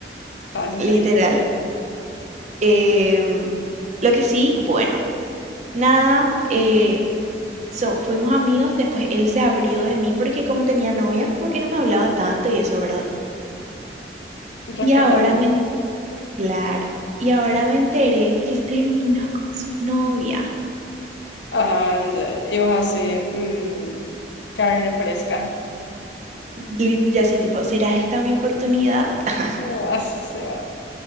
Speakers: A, on the left; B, on the right.
A: Ah, ya,
B: Literal.
A: ya.
B: Em, lo que sí, bueno, nada, eh, so- fuimos amigos, después él se abrió de mí porque como tenía novia, como que no me hablaba tanto y eso, ¿verdad?
A: Respetable.
B: Y ahora me, claro, y ahora me enteré que terminó con su novia.
A: Ah, ya, ya. Y vos así, mm, carne fresca.
B: Lit- Ya así, tipo, ¿será esta mi oportunidad? <laughs>
A: Ah, así se va.